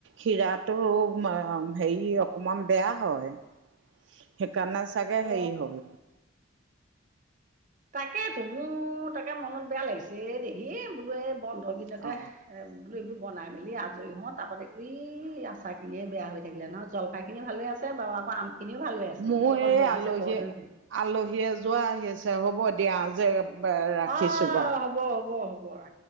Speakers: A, on the right; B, on the right.
A: শীৰাটো হেৰি অকমান বেয়া হয়। সেইকাণে চাগে হেই
B: অ
A: হ'ল।
B: তাকে তো মোৰ তাকে মনত বেয়া লাগিছে এ দেহি বোলো এই বন্ধ গিদিনতে-
A: অ
B: বোলো এইবোৰ বনাই মেলি আজৰি হওঁ তাপা দেখিলো ই আচাৰখিনিয়ে বেয়া হৈ থাকিলে নহয়, জলফাই- খিনি ভালে আছে বাৰু আকৌ আম খিনিও ভাল হৈ আছে,
A: মোৰ
B: কিন্তু অকল
A: এই
B: বেয়া
A: আলহী
B: হৈছে কৰদৈখিনি।
A: আলহী এযোৱা আহিছে হ'ব দিয়া, যে- ৰাখিছোঁ
B: অঁ'
A: বাৰু
B: হ'ব হ'ব হ'ব আ।